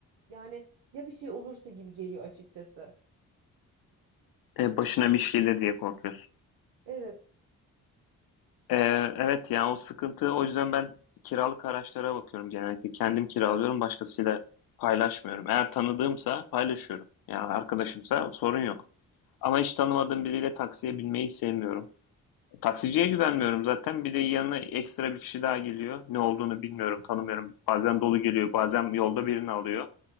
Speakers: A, on the right; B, on the left.
A: Yani ya bir şey olursa gibi geliyor açıkçası.
B: E, başına bir şey gelir diye korkuyorsun.
A: Evet.
B: Ee, evet yani o sıkıntı o yüzden ben kiralık araçlara bakıyorum genellikle. Kendim kiralıyorum başkasıyla paylaşmıyorum. Eğer tanıdığımsa paylaşıyorum. Yani arkadaşımsa sorun yok. Ama hiç tanımadığım biriyle taksiye binmeyi sevmiyorum. Taksiciye güvenmiyorum zaten. Bir de yanına ekstra bir kişi daha geliyor. Ne olduğunu bilmiyorum, tanımıyorum. Bazen dolu geliyor, bazen yolda birini alıyor.